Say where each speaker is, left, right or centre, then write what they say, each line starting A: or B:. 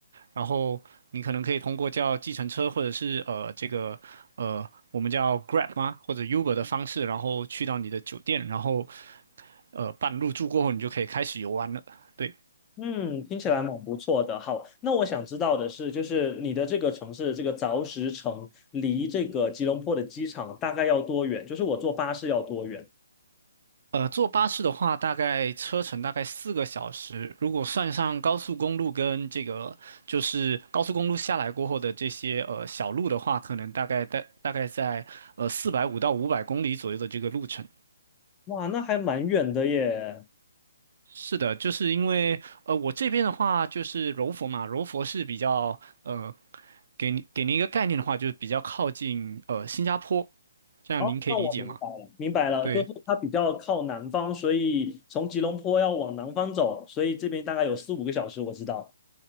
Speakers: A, on the right; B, on the left.
A: 然后你可能可以通过叫计程车或者是呃这个呃我们叫 Grab 吗或者 Uber 的方式，然后去到你的酒店，然后呃办入住过后，你就可以开始游玩了。对，
B: 嗯，听起来蛮不错的。好，那我想知道的是，就是你的这个城市，这个凿石城离这个吉隆坡的机场大概要多远？就是我坐巴士要多远？
A: 呃，坐巴士的话，大概车程大概四个小时，如果算上高速公路跟这个就是高速公路下来过后的这些呃小路的话，可能大概大大概在呃四百五到五百公里左右的这个路程。
B: 哇，那还蛮远的耶。
A: 是的，就是因为呃，我这边的话就是柔佛嘛，柔佛是比较呃，给你给您一个概念的话，就是比较靠近呃新加坡，这样您可以理解吗？
B: 哦，那我明白了，明白了，
A: 对，
B: 就是它比较靠南方，所以从吉隆坡要往南方走，所以这边大概有四五个小时，我知道。